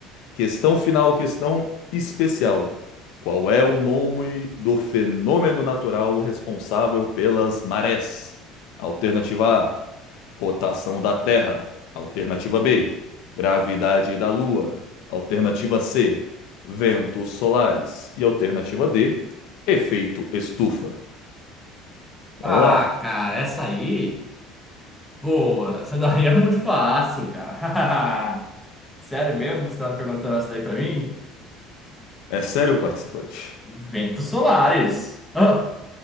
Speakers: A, on the left; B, in the centre.
A: Questão final, questão especial. Qual é o nome do fenômeno natural responsável pelas marés? Alternativa A, rotação da Terra. Alternativa B, gravidade da Lua. Alternativa C, ventos solares. E alternativa D, efeito estufa. Vamos
B: Ah,
A: lá.
B: cara, essa aí, pô, essa daí é muito fácil, cara. <laughs> Sério mesmo que você tava perguntando essa daí pra mim?
A: É sério, participante?
B: Ventos solares. Ah,